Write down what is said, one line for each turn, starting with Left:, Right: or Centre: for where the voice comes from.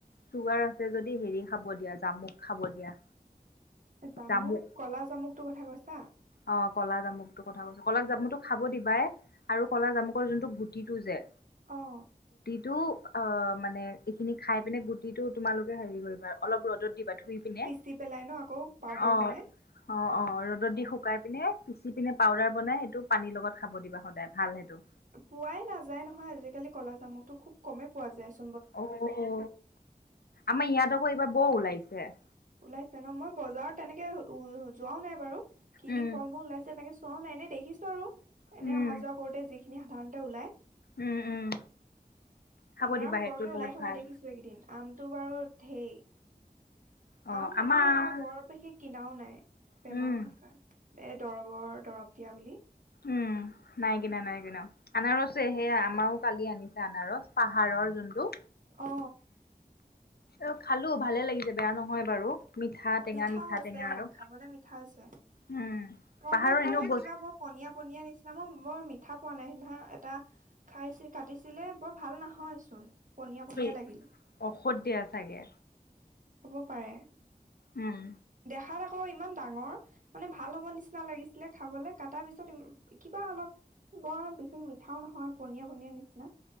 Left: চুগাৰ আছে যদি হেৰি খাব দিয়া জামু খাব দিয়া।
Right: জামুক
Left: জামু
Right: কলা জামুকটো কথা কৈছা
Left: অ কলা জামুকটোৰ কথা কৈছো কলা জামুকটো খাব দিবাই আৰু কলা জামুকৰ যোনটো গুটিটো যে
Right: অহ।
Left: টো অ মানে এইখিনি খাই পিনে গুটিটো তোমালোকে হেৰি কৰিবা অলপ ৰ'দত দিবা ধুই পিনে
Right: পিচি পেলাই ন আকৌ? পাউদাৰ
Left: অ
Right: বনাই
Left: অ অ ৰ'দত দি শুকাই পিনে পিচি পিনে পাউদাৰ বনাই সেইটো পানীৰ লগত খাব দিবা সদায়, ভাল সেইটো।
Right: পোৱাই নাযায় নহয় আজিকালি কলা জামুটো, খুব কমেই পোৱা যায় চু
Left: অঁ অ আমাৰ ইয়াত আকৌ এইবাৰ বৰ ওলাই ছে <inaudible>
Right: ওলাই ন মই বজাৰত তেনেকে ও যোৱাও নাই বাৰু। কি
Left: উম
Right: কি ফল মূল ওলাইছে তেনেকে চোৱাও নাই এনেই দেখিছো আৰু। এনেই
Left: উম
Right: অহা যোৱা কৰোতে যি খিনি সাধাৰণতে ওলায়
Left: উম উম খাব
Right: আনাৰস
Left: দিবা সেইটো
Right: বৰকে
Left: বহুত
Right: ওলাই থকা
Left: ভাল
Right: দেখিছো এইকেইদিন আমটো বাৰু ধেই
Left: অ
Right: আম মানুহে
Left: আমাৰ
Right: এবাৰ বৰ বেছি কিনাও নাই বেমাৰ
Left: উম
Right: অহা কাৰ এই দৰৱৰ দৰৱ দিয়া বুলি।
Left: উম নাই কিনা নাই কিনা অনাৰসো সেয়া আমাও কালি আনিছে আনাৰস পাহাৰৰ যোনটো
Right: অ
Left: অ খালো ভালে লাগিছে বেয়া নহয় বাৰু। মিঠা টেঙা
Right: মিঠা হৈছে
Left: টেঙা
Right: অ
Left: আৰু
Right: খাবলে মিঠা হৈছে।
Left: উম
Right: তৰমুজ
Left: পাহাৰৰ
Right: বোৰ
Left: এনেও
Right: হে
Left: বস্তু
Right: কিবা বৰ পনীয়া পনীয়া নিচিনা মই মই মিঠা পোৱা নাই সিদিনা এটা খাইছে কাটিছিলে বৰ ভাল নহয় চোন পনীয়া পনীয়া
Left: সেই
Right: লাগিল।
Left: ঔষধ দিয়া চাগে।
Right: হ'ব পাৰে।
Left: উম
Right: দেখাত আকৌ ইমান ডাঙৰ মানে ভাল হ'ব নিচিনা লাগিছিলে খাবলে কটাৰ পিছত ইম কিবা অলপ বৰ বিশেষ মিঠাও নহয় পনীয়া পনীয়া নিচিনা।